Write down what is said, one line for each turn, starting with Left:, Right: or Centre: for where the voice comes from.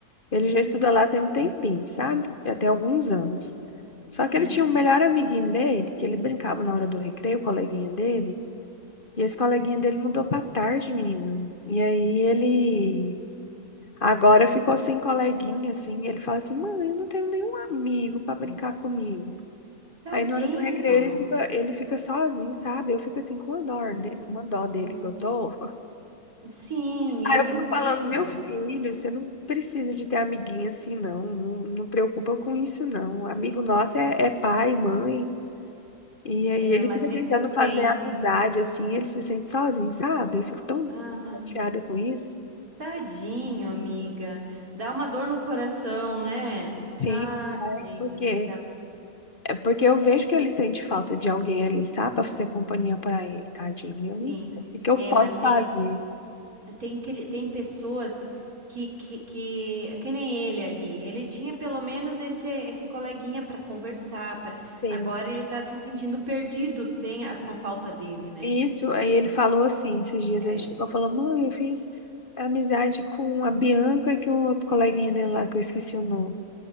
Left: Ele
Right: ah,
Left: já estuda lá tem um tempinho, sabe? Já tem alguns anos.
Right: sim,
Left: Só que ele tinha um melhor amiguinho dele, que ele brincava na hora do recreio, o coleguinha dele. E esse coleguinha dele mudou pra tarde, menino. E aí ele Agora ficou sem coleguinha, assim, e ele fala assim, mãe, eu não tenho nenhum amigo pra brincar comigo.
Right: tadinho.
Left: Aí na hora do recreio ele fica, ele fica sozinho, sabe? Eu fico assim com uma dó,
Right: Hum,
Left: de- uma dó
Right: hum.
Left: dele que eu tô. <laughs>
Right: Sim,
Left: Aí
Right: eu
Left: eu fico
Right: entendo.
Left: falando, meu filho, você não precisa de ter amiguinha assim, não. Não, não preocupa com isso, não. Amigo nosso é, é pai, mãe. E
Right: É,
Left: aí ele
Right: mas
Left: fica
Right: ele
Left: tentando
Right: sente.
Left: fazer amizade, assim, ele se sente sozinho, sabe? Eu fico tão
Right: Ah,
Left: chateada com isso.
Right: tadinho, amiga. Dá uma dor no coração, né? Ah,
Left: Sim, pai,
Right: gente
Left: porque
Right: do céu.
Left: É porque eu vejo
Right: É,
Left: que ele sente falta de alguém ali, sabe? Pra fazer companhia pra ele, tadinho. Eu
Right: sim.
Left: não sei O que eu
Right: É,
Left: posso
Right: mas tem
Left: fazer?
Right: Tem, cri- tem pessoas que, que, que, que nem ele ali. Ele tinha pelo menos esse, esse coleguinha para conversar. Pra...
Left: Sim.
Right: Agora ele tá se sentindo perdido sem a- com a falta dele, né?
Left: Isso, aí ele falou assim, esses dias
Right: É.
Left: ele chegou e falou, mãe, eu fiz amizade com a Bianca e com um outro coleguinha dele lá, que eu esqueci o nome.